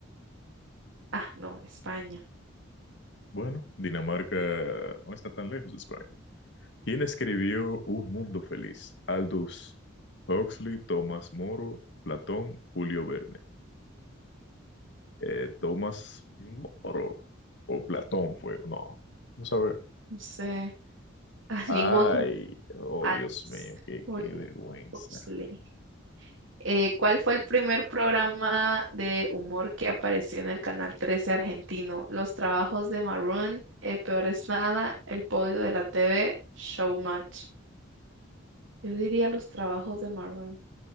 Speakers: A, on the right; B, on the left.
A: Ah, no, España.
B: Bueno, Dinamarca no está tan lejos de España. ¿Quién escribió Un Mundo Feliz? Aldous Huxley, Tomás Moro, Platón, Julio Verne. Eh, Tomás Moro o Platón fue, no. Vamos a ver.
A: No sé. Ah,
B: Ay,
A: ninguno.
B: oh
A: Alex
B: Dios mío, qué,
A: Ol-
B: qué vergüenza.
A: Oxley. Eh, ¿cuál fue el primer programa de humor que apareció en el canal 13 argentino? Los trabajos de Maroon, eh, Peor es nada, El podio de la TV, Showmatch. Yo diría los trabajos de Maroon.